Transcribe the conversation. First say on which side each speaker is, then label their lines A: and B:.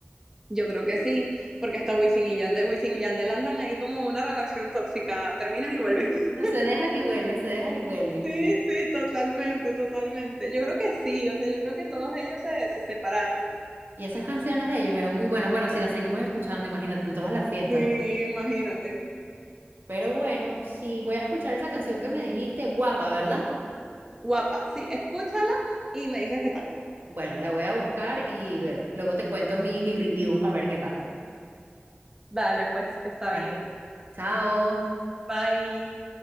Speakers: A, on the right; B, on the right.
A: Yo creo que sí, porque hasta Wisin y Yandel, Wisin y Yandel andan ahí como una relación tóxica, terminan
B: Sí.
A: y vuelven. <laughs>
B: Se dejan y vuelven, se dejan y vuelven.
A: Sí, sí, totalmente, totalmente. Yo creo que sí, o sea, yo creo que todos ellos se, se separaron.
B: Y esas canciones de ellos eran muy buenas. Bueno, si las seguimos escuchando, imagínate, en todas las fiestas.
A: Sí, imagínate.
B: Pero bueno, sí, voy a escuchar esa canción que me dijiste, guapa, ¿verdad?
A: Guapa, sí, escúchala y me dices qué tal.
B: Bueno, la voy a buscar y luego, luego te cuento mi, mi review, a ver qué tal.
A: Dale, pues está
B: Ah,
A: bien.
B: Chao.
A: Bye.